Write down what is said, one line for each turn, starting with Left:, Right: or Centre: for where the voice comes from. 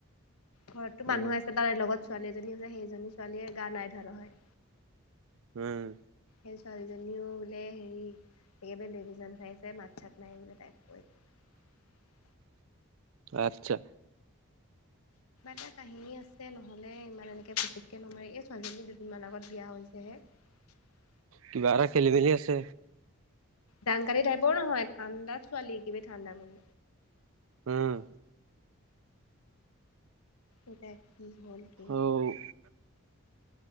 Left: ঘৰতো
Right: উম,
Left: মানুহ আছে তাৰ লগত ছোৱালী এজনী আছে সেইজনী ছোৱালীয়ে গা নাই ধোৱা নহয়
Right: উম।
Left: ছোৱালীজনীও বোলে হেৰি একেব লৈবজান খাইছে মাত চাত নাই বোলে তাইক কৈছো <unintelligible>
Right: আচ্ছা
Left: এয়া কাহিনী আছে নহ'লে ইমান এনেকে পুতুককে নমৰে এই ছোৱালীজনী দুদিনমান আগত বিয়া হৈছেহে। <unintelligible>
Right: কিবা এটা খেলি মেলি আছে।
Left: দাংকাতি টাইপৰ নহয় ঠাণ্ডা ছোৱালী কিবি ঠাণ্ডা মান
Right: উম।
Left: এটা কি হ'ল কি নহ'ল।
Right: অ'